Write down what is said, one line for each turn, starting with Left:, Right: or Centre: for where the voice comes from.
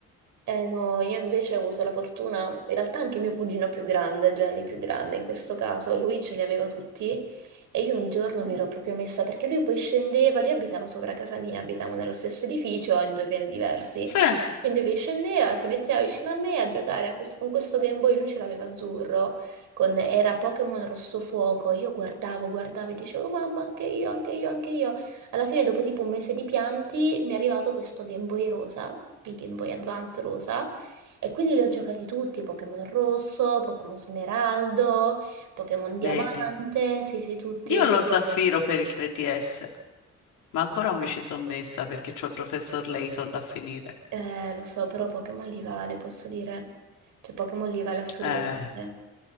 Right: Eh no, io invece ho avuto la fortuna, in realtà anche mio cugino più grande, due anni più grande in questo caso, lui ce li aveva tutti e io un giorno mi ero proprio messa perché lui poi scendeva, lui abitava sopra casa mia, abitavamo nello stesso edificio in due piani diversi
Left: Sì,
Right: quindi lui scendeva, si metteva vicino a me a giocare a questo- con questo Game Boy, lui ce l'aveva azzurro, con, era Pokémon Rosso Fuoco, io guardavo, guardavo e dicevo mamma anche io, anche io, anche io. Alla fine dopo tipo un mese di pianti mi è arrivato questo Game Boy rosa, il Game Boy Advance rosa, e quindi li ho giocati tutti, Pokémon Rosso, Pokémon Smeraldo, Pokémon Diamante,
Left: vedi.
Right: sì sì tutti.
Left: Io ho lo zaffiro per il 3DS. Ma ancora non mi ci sono messa perché c'ho il professor Layton da finire.
Right: Eh, lo so, però Pokémon li vale, posso dire. Cioè, Pokémon li vale assolutamente.
Left: Eh,